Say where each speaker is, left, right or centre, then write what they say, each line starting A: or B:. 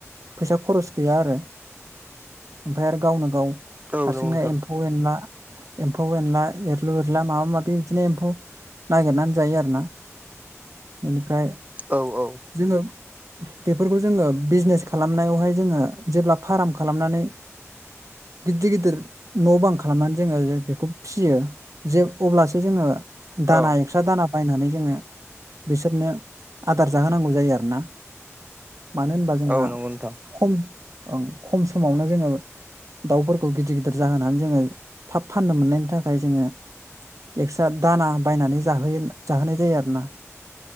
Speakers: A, on the right; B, on the right.
A: फैसा खरस गैया आरो ओमफ्राय आरो गावनो गाव
B: औ
A: हारसिंनो
B: नंगौ नोंथां
A: एम्फौ एनला एम्फौ एनला एर लोरला माबा माबि बिदिनो एम्फौ नागिरनानै जायो आरोना बेनिफ्राय
B: औ औ।
A: जोङो बेफोरखौ जोङो बिजनेस खालामनायावहाय जोङो जेब्ला फार्म खालामनानै गिदिर गिदिर न' बां खालामनानै जोङो बेखौ फियो। जे अब्लासो जोङो दानाय
B: औ
A: एक्स्ट्रा दाना बायनानै जोङो बिसोरनो आदार जाहोनांगौ जायो आरोना। मानो होनबा जोंहा
B: औ नंगौ नोंथां
A: खमओ खम समावनो जोङो दाउफोरखौ गिदिर गिदिर जाहोनानै जोङो थाब फाननो मोननायनि थाखाय जोङो एक्सट्रा दाना बायनानै जाहोयो जाहोनाय जायो आरो ना।